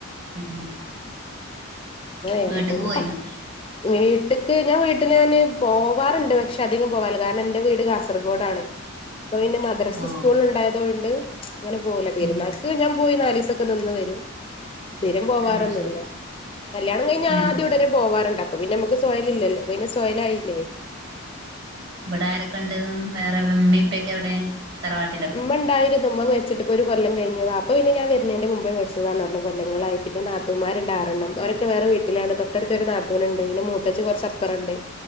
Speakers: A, on the right (about 50°); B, on the left (about 25°).
A: പിന്നെ.
B: വേറെന്തന്.
A: വീട്ട്ക്ക് പോയിന്നോ
B: പച്. വീട്ട്ക്. ഞാൻ വീട്ടി ഞാന് പോവാറ്ണ്ട്. പക്ഷേ. അധികം പോവാറില്ല. കാര്ണം എൻറെ വീട് കാസർഗോഡാണ്. ഇപ്പ പിന്നെ മദ്രസ്
A: ഓ
B: സ്കൂള് ഇണ്ടായതോണ്ട് ഇങ്ങനെ പോവുല. പെര്നാക്.
A: ഉം
B: ക് ഞാൻ പോയി നാലീസൊക്കെ നിന്ന് വരും. സ്ഥിരം പോവാറൊന്ന്ല്ല.
A: അത് ശരി
B: കല്യാണം കയിഞ്ഞ്
A: ഉം
B: ആദ്യം ഉടനെ പോവാറ്ണ്ട്. അപ്പൊ പിന്നെ നമുക്ക് സൊഹല് ഇല്ലല്ലോ. പിന്നെ സൊഹലായില്ലേ..
A: ഇവടെ ആരക്കെണ്ട് വേറെ വ് മ്മിപ്പെ ക്കെവിടെ. തറവാട്ടില.
B: ഇമ്മണ്ടായിരുന്നു. ഇമ്മ മരിട്ട്പ്പ ഒരു കൊല്ലം കഴിഞ്ഞു. വാപ്പ പിന്നെ. ഞാൻ വെര്നേന്റെ. മുമ്പേ മരിച്ചതാണ് റ്ന്ന്. കൊല്ലങ്ങളായിട്ട് പിന്നെ നാത്തൂ. ത്തൂമാരുണ്ട്. ആറെണ്ണം. ഓരൊക്കെ വേറെ വീട്ടിലാണ് തൊട്ടടുത്തൊരു. നാത്തൂന്ണ്ട്. പിന്നെ മൂത്തച്ചി കൊ റച്ചപ്പറണ്ട്.